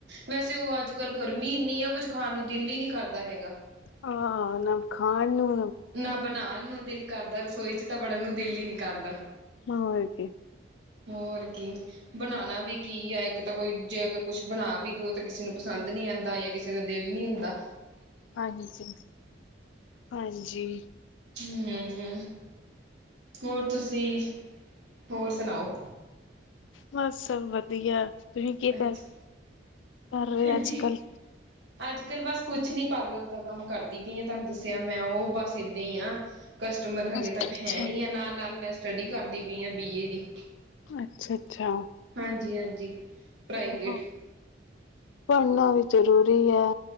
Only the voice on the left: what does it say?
ਆਹ। ਨਾ ਖਾਣ ਨੂੰ
ਮਰ ਕੇ
ਹਾਂਜੀ ਸਿੰਘ ਹਾਂਜੀ
ਬਸ ਸਭ ਵਧੀਆ ਤੁਸੀ ਕੀ
ਕਰ, ਕਰ ਰਹੇ
ਅੱਜ ਕੱਲ
ਅੱਛਾ
ਅੱਛਾ
ਅੱਛਾ, ਅੱਛਾ।
ਚਲੋ, ਪੜ੍ਹਨਾ ਵੀ ਜ਼ਰੂਰੀ ਹੈ‌।